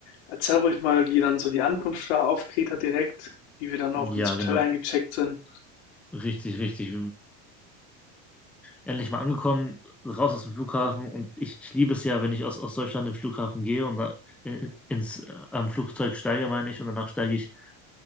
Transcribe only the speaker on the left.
erzähl ruhig mal, wie dann so die Ankunft war auf Kreta direkt, wie wir dann
auch ins Hotel
eingecheckt sind.